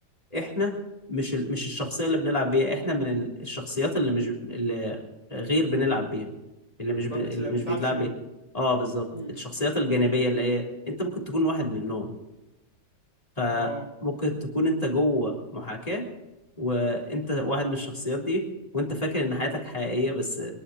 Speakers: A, on the left (about 20°); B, on the right (about 20°).
A: احنا مش ال... مش الشخصية اللي بنلعب بيها احنا من ال- الشخصيات اللي مش اللي غير بنلعب بيها اللي مش
B: ما
A: ب... اللي
B: بتلع-
A: مش
B: بتلعبش
A: بيتلعب
B: بيها
A: بيها اه بالظبط
B: امم
A: الشخصيات الجانبية اللي هي انت ممكن تكون واحد منهم فممكن
B: اه
A: تكون انت جوه محاكاة وانت واحد من الشخصيات دي وانت فاكر ان حياتك حقيقية بس